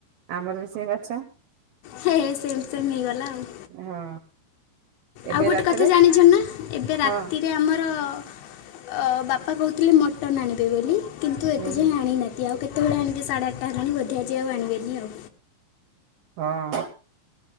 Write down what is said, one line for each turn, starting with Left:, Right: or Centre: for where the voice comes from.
Right: ଆମର ବି ସେଇ ମାଛ
Left: ହେ ହେ ସେମ ସେମ ହେଇଗଲା ଆଉ।
Right: ହଁ ଏବେ
Left: ଆଉ ଗୋଟେ
Right: ରାତିରେ
Left: କଥା ଜାଣିଛ ନା ଏବେ ରାତିରେ
Right: ହଁ
Left: ଆମର ଅ ବାପା କହୁଥିଲେ ମଟନ ଆଣିବେ ବୋଲି କିନ୍ତୁ ଏତେ
Right: ହୁଁ
Left: ଯାଇ
Right: ହୁଁ
Left: ଆଣିନାହାନ୍ତି ଆଉ କେତେ ତେ ବେଳେ ଆଣିବେ ସାଢ଼େ ଆଠ ହେଲାଣି ବୋଧେ ଆଜି ଆଉ ଆଣିବେନି ଆଉ।
Right: ହଁ।